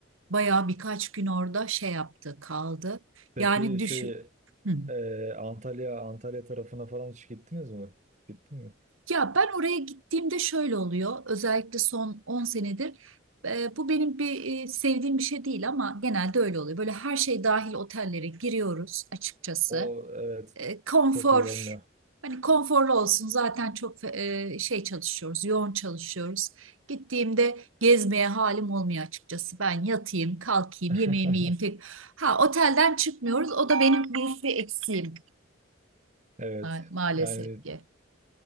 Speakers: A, on the right; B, on the right.
A: Bayağı birkaç gün orada şey yaptı, kaldı.
B: Peki
A: Yani düşün.
B: şey
A: Hı.
B: e, Antalya Antalya tarafına falan hiç gittiniz mi? Gittin mi?
A: Ya ben oraya gittiğimde şöyle oluyor. Özellikle son on senedir e, bu benim bir e, sevdiğim bir şey değil ama genelde öyle oluyor. Böyle her şey dahil otellere giriyoruz açıkçası.
B: O evet
A: e, konfor
B: çok iyi olmuyor.
A: hani konforlu olsun zaten çok e, şey çalışıyoruz yoğun çalışıyoruz. Gittiğimde gezmeye halim olmuyor açıkçası. Ben yatayım, kalkayım,
B: <laughs>
A: yemeğimi yiyeyim. Pek... Ha otelden çıkmıyoruz. O da benim büyük bir eksiğim
B: Evet.
A: ma- maalesef
B: Yani
A: ki.